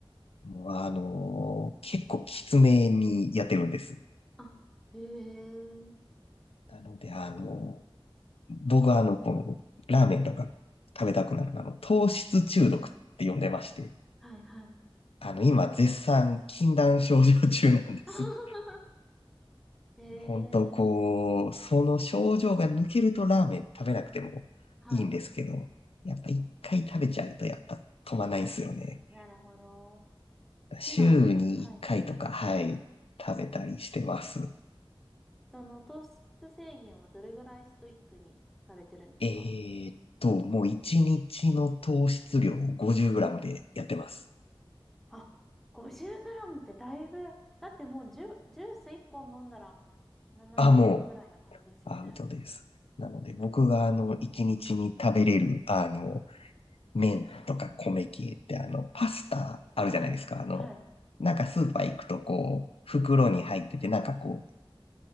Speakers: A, on the left; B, in the centre.
A: もうあの、結構きつめにやってるんです。
B: あ、へえ。
A: なので、あの、僕はあの、この、ラーメンとか食べたくなるのは、あの、糖質中毒って呼んでまして、
B: はいはい。
A: あの、今、絶賛禁断症状中なんです。
B: <laughs> へえ、
A: 本当こう、その症状が抜けるとラーメン食べなくてもいいんですけど、
B: はい。
A: やっぱ一回食べちゃうと、やっぱ止まんないんですよね。
B: なるほど。
A: 週に1回とか、
B: 今、はい。
A: はい、食べたりしてます。
B: その糖質制限はどれぐらいストイックにされてるんですか
A: えーっと、もう1日の糖質量を 50g でやってます。
B: あ、50グラムってだいぶ、だってもうジュ、ジュース1本飲んだら、なんならアウトぐらいな感じですよね。
A: あ、もう、アウトです。なので、僕があの、1日にちに食べれる、あの、麺とか米系って、あの、パスタあるじゃないですか。
B: はい、
A: あの、
B: はい、
A: なんかスーパー行くとこう、袋に入ってて、なんかこ